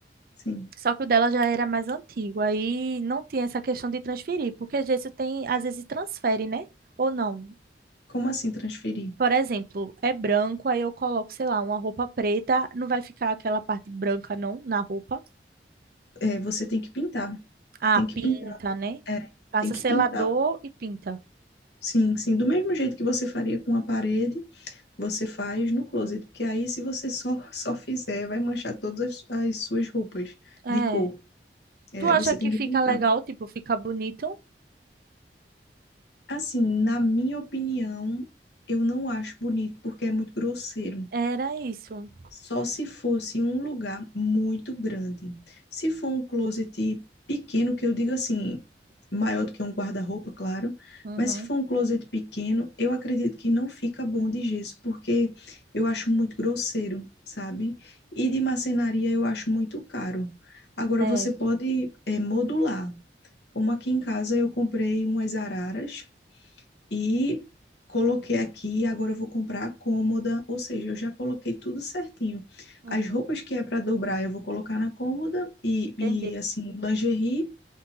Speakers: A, on the left (about 70°); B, on the right (about 55°).
A: sim.
B: Só que o dela já era mais antigo, aí não tinha essa questão de transferir, porque gesso tem, às vezes transfere, né? Ou não.
A: Como assim transferir?
B: Por exemplo, é branco, aí eu coloco, sei lá, uma roupa preta, não vai ficar aquela parte branca não na roupa.
A: É, você tem que pintar.
B: Ah,
A: Tem que
B: pinta,
A: pintar.
B: né?
A: É,
B: Passa
A: tem que
B: selador
A: pintar.
B: e pinta.
A: Sim, sim. Do mesmo jeito que você faria com a parede, você faz no closet. Porque aí, se você só, <laughs> só fizer, vai manchar todas as, as suas roupas
B: É.
A: de cor. É,
B: Tu acha
A: aí você
B: que
A: tem que
B: fica
A: pintar.
B: legal, tipo, fica bonito?
A: Assim, na minha opinião, eu não acho bonito porque é muito grosseiro.
B: Era isso.
A: Só se fosse um lugar muito grande. Se for um closet pequeno, que eu digo assim, maior do que um guarda-roupa, claro,
B: Uhum.
A: mas se for um closet pequeno, eu acredito que não fica bom de gesso, porque eu acho muito grosseiro, sabe? E de marcenaria eu acho muito caro. Agora
B: É.
A: você pode eh, modular. Como aqui em casa eu comprei umas araras e coloquei aqui, agora eu vou comprar a cômoda, ou seja, eu já coloquei tudo certinho.
B: Uhum.
A: As roupas que é para dobrar, eu vou colocar na cômoda e,
B: Entendi.
A: e assim, lingerie,